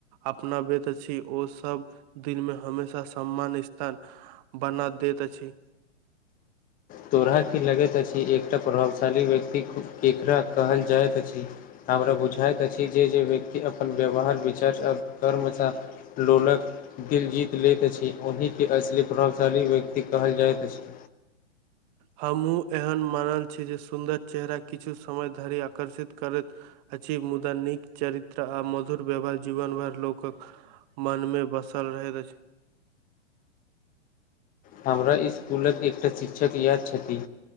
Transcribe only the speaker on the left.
तोराा की लगैत अछि एकटा प्रभावशाली व्यक्ति केकरा कहल जाइत अछि हमरा बुझाइत अछि जे जे व्यक्ति अपन व्यवहार विचार आ कर्मसँ लोलक दिल जीत लैत अछि ओहिके असली प्रभावशाली व्यक्ति कहल जाइत अछि।
हमरा इसकुलक एकटा शिक्षक यएाद छथि